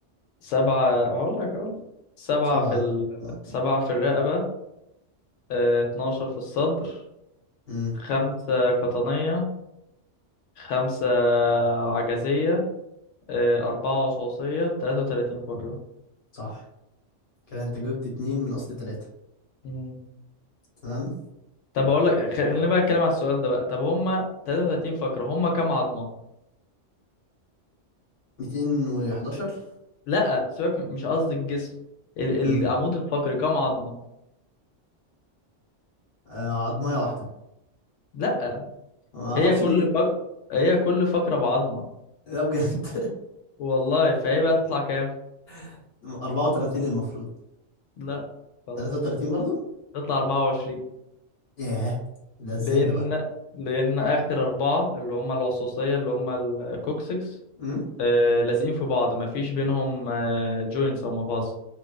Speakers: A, on the left; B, on the left.
A: سبعة هقول لك أقول لك. سبعة
B: سبعة
A: في ال...
B: اتناشر.
A: سبعة في الرقبة آه، اتناشر في الصدر
B: امم
A: خمسة قطنية خمسة عجزية آه، أربعة وصاصية تلاتة وتلاتين فقرة
B: صح كده انت جبت اتنين من اصل تلاتة
A: مم.
B: تمام
A: طب أقول لك خ- خلينا بقى أتكلم على السؤال ده بقى طب هما تلاتة وتلاتين فقرة هما كام عظمة؟
B: ميتين وحداشر
A: لأ سيبك م- مش قصدي الجسم ال- العمود
B: امم
A: الفقري كام عظمة؟
B: آه عضماية واحدة
A: لأ
B: ما اعرفش
A: هي كل
B: ليه جبت
A: فقرة هي كل فقرة بعظمة
B: لا بجد
A: والله فهي بقى تطلع كام؟
B: <laughs> اربعة وتلاتين المفروض
A: لأ خلاص
B: تلاتة وتلاتين برضو
A: تطلع أربعة وعشرين
B: ياه ده ازاي
A: لأن
B: ده بقى
A: لأن آخر أربعة اللي هما العصاصية اللي هما الكوكسكس
B: امم
A: آه لازقين في بعض مفيش بينهم آه جوينتس أو مفاصل